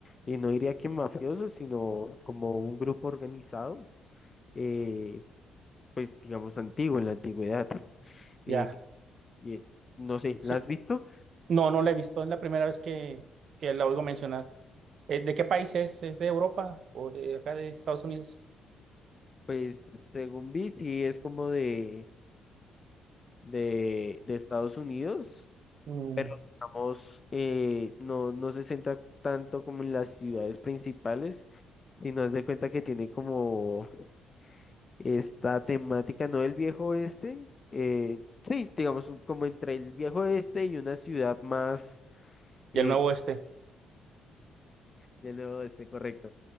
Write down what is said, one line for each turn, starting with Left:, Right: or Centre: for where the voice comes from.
Left: eh, no diría que mafiosos, sino como un grupo organizado, eh, pues digamos antiguo, en la antigüedad. Eh,
Right: Ya.
Left: que- eh, no sé,
Right: Sí.
Left: ¿la has visto?
Right: No, no la he visto, es la primera vez que, que la oigo mencionar. Eh, ¿De qué país es? ¿Es de Europa o de acá de Estados Unidos?
Left: Pues según vi, sí es como de... de, de Estados Unidos,
Right: Mm,
Left: pero digamos, eh, no, no se centra tanto como en las ciudades principales, sino haz de cuenta que tiene como esta temática, no del viejo oeste, eh, sí, digamos, un- como entre el viejo oeste y una ciudad más
Right: Y
Left: eh,
Right: el Nuevo Oeste,
Left: del nuevo oeste, correcto.